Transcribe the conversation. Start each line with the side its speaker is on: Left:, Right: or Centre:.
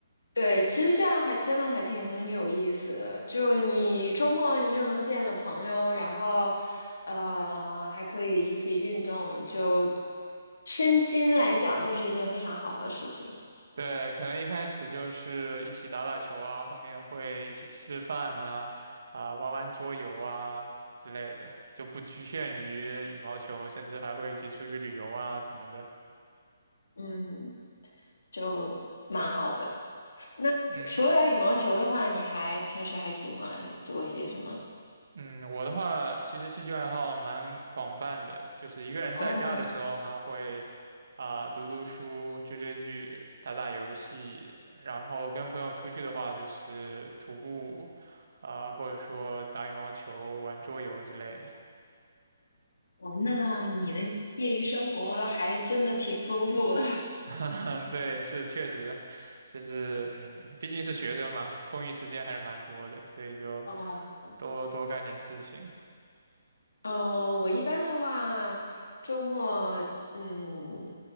Left: 对，其实这样还真的还挺有意思的。就你周末你又能见了朋友，然后呃还可以一起运动，就身心来讲都是一件非常好的事情。
Right: 对，可能一开始就是一起打打球啊，后面会一起吃吃饭啊，啊、玩玩桌游啊之类的，就不局限于羽毛球，甚至还会一起出去旅游啊什么的。
Left: 嗯，就蛮好的。那除了打羽毛球的话，
Right: 嗯。
Left: 你还平时还喜欢做些什么？
Right: 嗯，我的话其实兴趣爱好蛮广泛的，就是一个人在家的时候呢，
Left: 哦
Right: 会啊、读读书、追追剧、打打游戏，然后跟朋友出去的话就是徒步，啊、或者说打羽毛球、玩桌游之类的。
Left: 哦，那你的业余生活还真的挺丰富的。<laughs>
Right: <laughs> 嗯，对，是确实，就是嗯，毕竟是学生嘛，空余时间还是蛮多的，所以就
Left: 哦，
Right: 多多干点事情。
Left: 嗯，我一般的话，周末，嗯，